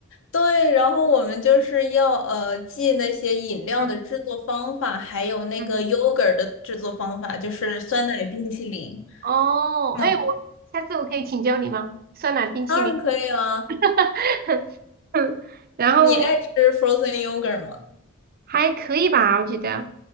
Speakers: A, on the left (about 60°); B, on the right (about 40°).
A: 对，然后我们就是要呃记那些饮料的制作方法，
B: 嗯
A: 还有那个
B: 嗯，
A: yogurt 的制作方法，就是酸奶冰淇淋。
B: 哦，哎，
A: 嗯，
B: 我下次我可以请教你吗？酸奶冰淇淋，
A: 当然可以啦，
B: <laughs> 然后
A: 你爱吃 frozen yogurt 吗？
B: 还可以吧，我觉得。